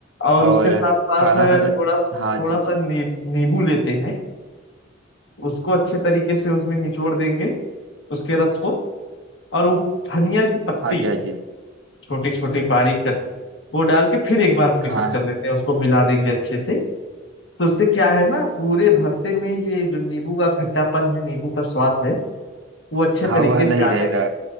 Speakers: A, on the left; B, on the right.
A: और
B: और
A: उसके साथ साथ
B: खाना का तो-
A: थोड़ा थोड़ा
B: हाँ जी जी
A: सा नी, नींबू लेते हैं उसको अच्छे तरीके से उसमें निचोड़ देंगे उसके रस को और वो धनिया की पत्ती
B: हाँ जी हाँ जी
A: छोटी छोटी बारीक करके वो डाल के फिर एक बार मिक्स
B: हाँ
A: कर देते हैं उसको मिला देंगे अच्छे से तो उससे क्या है ना पूरे भरते में ये जो नींबू का खट्टापन है नींबू का स्वाद है वो अच्छे
B: हाँ
A: तरीके
B: वह नहीं
A: से आने
B: रहेगा
A: लग-